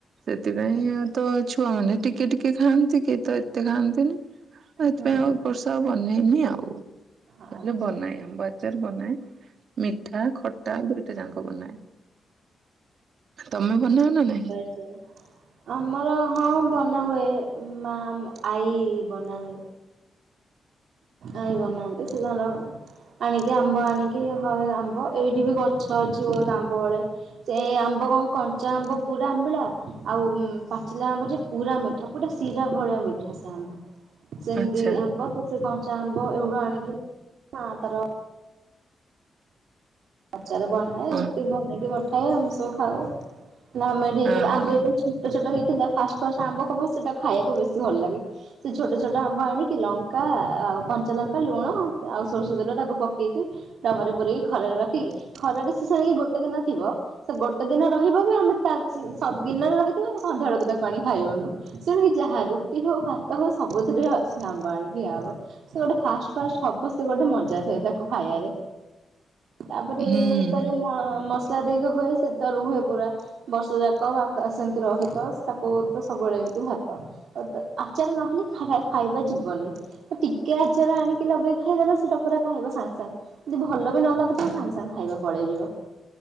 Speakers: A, on the right; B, on the right.
A: ସେଥିପାଇଁ
B: ଆଚ୍ଛା
A: ଆ ତ ଛୁଆମାନେ ଟିକେ ଟିକେ ଖାଆନ୍ତି କି ତ ଏତେ ଖାଆନ୍ତିନି। ସେଇଥିପାଇଁ
B: ହୁଁ
A: ଆଉ ଏ ବର୍ଷା ଆଉ ବନେଇନି ଆଉ
B: ଆଚ୍ଛା।
A: ନହେଲେ ବନାଏ ଆମ୍ବ ଆ ଚାର ବନାଏ ମିଠା ଖଟା ଦୁଇଟି ଯାକ ବନାଏ। ତମେ ବନାଅ ନା ନାହିଁ?
B: ଚ ଆମର ହଁ ବନା ହୁଏ ମା ମ ଆଈ ବନାଏ। ଆଇ ବନାନ୍ତି ସେ ତାର ଆଣିକି ଆମ୍ବ ଆଣିକି ହ ଆମ୍ବ ଏଇଠି ବି ଗଛ ଅଛି ବହୁତ ଆମ୍ବ ବଳେ। ସେ ଆ ଆମ୍ବ କଣ କଞ୍ଚା ଆମ୍ବ ପୁରା ଆମ୍ବିଳା ଆଉ ପାଚିଲା ଆମ୍ବ ଯେ ପୁରା ମିଠା ପୁରା ଶିରା ଭଳିଆ ମି ଖସେ ଆମ୍ବ ସେମିତି
A: ଆଚ୍ଛା
B: ଆମ୍ବ କି ସେ କଞ୍ଚା ଆମ୍ବ ଏଗୁଡୁ ଆଣିକି ମାତାର ଆଚାର ବନାଏ
A: ଓ
B: ଏମିତି ବନେଇକି ବଠାଏ ଆମେ ସବୁ ଖାଉ ନା ଆମେ <unintelligible>
A: ଓହୋ
B: ଛୋଟ ଛୋଟ ହେଇଥିଲା ଫାଷ୍ଟ ଫାଷ୍ଟ ଆମ୍ବ ସବୁ ସେଟା ଖାଇବାକୁ ବେଶୀ ଭଲ ଲାଗେ। ସେ ଛୋଟ ଛୋଟ ଆମ୍ବ ଆଣିକି ଲଙ୍କା ଆଉ କଞ୍ଚା ଲଙ୍କା ଲୁଣ ଆଉ ସୋରଷ ତେଲ ତାକୁ ପକେଇକି ଡବାରେ ପୁରେଇକି ଖରାରେ ରଖିକି ଖରାରେ ସେଷିକି ଗୋଟେ ଦିନ ଥିବ ସେ ଗୋଟେ ଦିନ ରହିବ ବି ଆମେ ତା ସେ ସ ଦିନରେ ରହିିଥିବ ଆମେ ସନ୍ଧ୍ୟା ବେଳକୁ ତାକୁ ଆଣି ଖାଇବୁନୁ। ସେଣିକି ଯାହା ରୁଟି ହଉ ଭାତ ହଉ ସବୁଥିରେ ଅ ସ ଆମ୍ବ ଆଣିକି ଖିଆ ହବ। ସେ ଗୋଟେ ଫାଷ୍ଟ ଫାଷ୍ଟ ହବ ସେ ଗୋଟେ ମଜା ଥାଏ ତାକୁ ଖାଇବାରେ। ତାପରେ
A: ହୁଁ।
B: ଏମିତି ତ ଯୋଉ ମ ମସଲା ଦେଇକି ହୁଏ ସେ ତ ରୁହେ ପୁରା। ବର୍ଷ ଯାକ ଆକା ସେମତି ରହେତ ତାକୁ ତ ସବୁବେଳେ ଏମତି ଭାତ। ଆତ ଆଚାର ନହେଲେ ଖା ଖାଇବା ଯିବନି। ତ ଟିକେ ଆଚାର ଆଣିକି ଲଗେଇ ଖାଇଦେଲେ ସେଟା ପୁରା ଖାଇବ ସାଙ୍ଗେ ସାଙ୍ଗେ ଯଦି ଭଲ ବି ନ ଲାଗୁ ସାଙ୍ଗେ ସାଙ୍ଗେ ଖାଇବା ପଳେଇଯିବ